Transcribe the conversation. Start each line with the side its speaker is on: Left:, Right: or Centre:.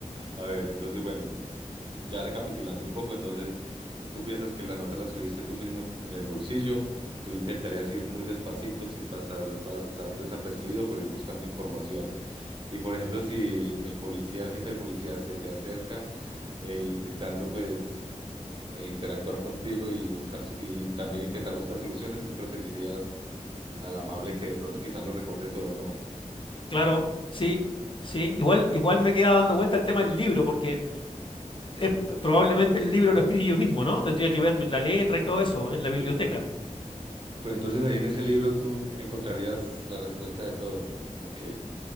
Right: A ver, entonces, bueno, ya recapitulando un poco, entonces... Tú piensas que la nota la escribiste tú mismo en, en el bolsillo, tú intentarías ir muy despacito sin pasar, pasar desapercibido por ir buscando información. Y por ejemplo, si el policía, el jefe de policía se te acerca eh, intentando pues eh, interactuar contigo y buscar so- y también intentar buscar soluciones, tú preferirías al amable que de pronto quizás lo recuerde todo, ¿no?
Left: Claro, sí, sí. Igual, igual me queda dando vuelta el tema del libro, porque eh, probablemente el libro lo escribí yo mismo, ¿no? Tendría que ver la letra y todo eso en la biblioteca.
Right: Sí. Pero entonces ahí en ese libro tú encontrarías la respuesta de todo. Ok.